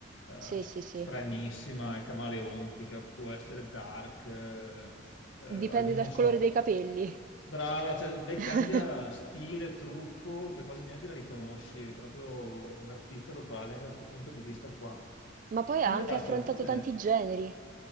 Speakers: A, on the left; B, on the right.
A: eh,
B: sì,
A: s-
B: sì, sì.
A: stranissima, è camaleontica, può essere dark, eh, eh,
B: Dipende
A: I don't-
B: dal
A: non so,
B: colore dei capelli.
A: brava, cioè, lei
B: <laughs>
A: cambia stile, trucco, che quasi neanche la riconosci, è proprio un artista totale anche da questo punto di vista qua.
B: Ma poi
A: Quindi
B: ha anche
A: ha dato
B: affrontato
A: invece
B: tanti generi.